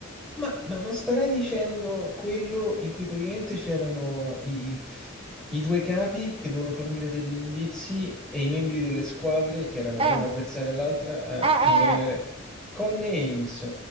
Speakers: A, in the centre; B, on the right.
A: Ma, ma non starei dicendo quello in cui praticamente c'erano i, i due capi che devono fornire degli indizi e i membri delle squadre, che erano
B: Eh,
A: una avversaria all'altra,
B: eh, eh,
A: a indovinare codenames.